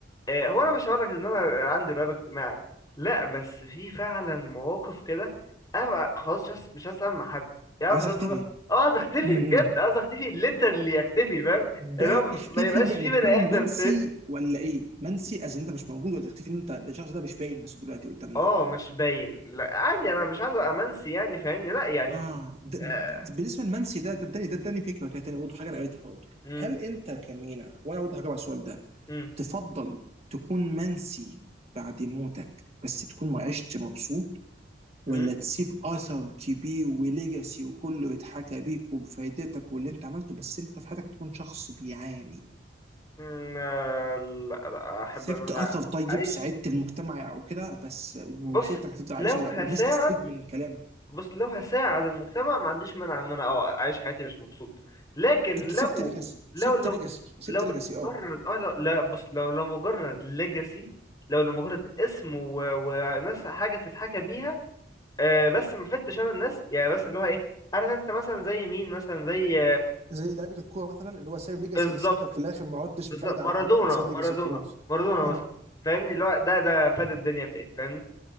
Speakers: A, on the left (about 20°); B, on the right (about 35°).
A: آه هو انا مش هقول لك ان انا عندي رهاب اجتماعي لا بس في فعلا مواقف كده انا بقى خلاص مش عايز مش عايز اتعامل مع حد يعني
B: عايز
A: مش عايز
B: اختفي
A: أتعامل- اه عايز اختفي
B: امم
A: بجد عايز اختفي ليترلي اختفي فاهم اللي
B: ده
A: هو ما
B: اختفي
A: يبقاش
B: يعني
A: في بني
B: تكون
A: ادم
B: منسي
A: شايفني
B: ولا ايه؟ منسي از انت مش موجود ولا تختفي ان انت ده الشخص ده مش باين بس دلوقتي قدامنا
A: اه مش باين لا عادي انا مش عايز امنسي يعني فاهمني لا يعني
B: اه ده ده-
A: آه،
B: بالنسبه لمنسي ده ده اداني ده اداني فكره كانت برضه حاجه انا قريتها برضه
A: مم،
B: هل انت كمينا وانا برضه هجاوب على السؤال ده
A: مم،
B: تفضل تكون منسي بعد موتك بس تكون ما عشت مبسوط ولا
A: مم،
B: تسيب اثر كبير وليجاسي وكله يتحكى بيك وبفايدتك واللي انت عملته بس انت في حياتك تكون شخص بيعاني
A: مم، آه، لا لا احب
B: سبت
A: ان انا
B: اثر طيب
A: اعيش
B: ساعدت المجتمع وكده بس وسيرتك
A: بص
B: هتفضل عايشه
A: لو هساعد
B: والناس هتستفيد من كلامك
A: بص لو هساعد المجتمع ما عنديش مانع ان انا اه اعيش حياتي مش مبسوط لكن
B: انت
A: لو
B: سبت ليجاسي
A: لو
B: سبت
A: لو
B: ليجاسي سبت
A: لو
B: ليجاسي
A: لمجرد
B: اه
A: اه لو لا بص لو لو مجرد ليجاسي لو لمجرد اسم و... وناس حاجه تتحكى بيها آه بس ما فدتش انا الناس يعني بس اللي هو ايه عارف انت مثلا زي مين مثلا زي
B: زي لعيبه الكوره مثلا اللي هو سايب ليجاسي
A: بالظبط
B: بس انت في الاخر ما عدتش
A: بالظبط
B: بفايده
A: مارادونا
B: على حد انت سايب
A: مارادونا
B: ليجاسي وخلاص
A: مارادونا
B: اه
A: مثلا فاهمني اللي هو ده ده فاد الدنيا في ايه فاهمني